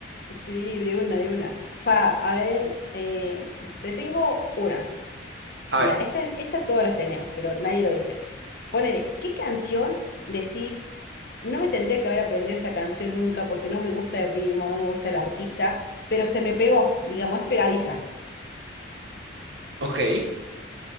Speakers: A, on the left (about 55°); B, on the right (about 75°).
A: Sí, de una, de una. Fa, a ver, eh, te tengo una.
B: A
A: Mira,
B: ver,
A: esta, esta todas las tenemos, pero nadie lo dice. Ponele, ¿qué canción decís? No me tendría que haber aprendido esta canción nunca porque no me gusta el ritmo, no me gusta el artista, pero se me pegó, digamos, es pegadiza.
B: ok.